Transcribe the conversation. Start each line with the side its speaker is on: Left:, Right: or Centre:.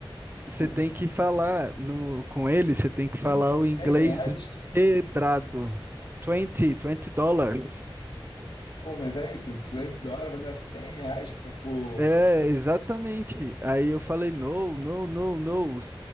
Right: você
Left: pô,
Right: tem que falar no, com ele, você tem que falar
Left: 100
Right: o inglês
Left: reais.
Right: quebrado. 20, 20 dólares.
Left: Pô, mas aí, se o doente da hora vai dar 100 reais por, por
Right: É, exatamente. Aí eu falei, no, no, no, no.